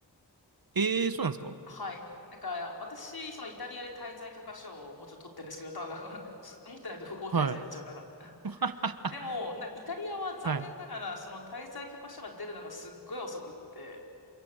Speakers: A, on the right (about 55°); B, on the left (about 60°).
A: えー、そうなんですか
B: はい。なんか、私、そのイタリアで滞在許可証をもちろん取ってるんですけど、ただ <laughs> 持ってないと不法滞在になっちゃうから。
A: はい。<laughs>
B: でも、なイタリアは残念ながら、
A: はい。
B: その滞在許可証が出るのがすっごい遅くって、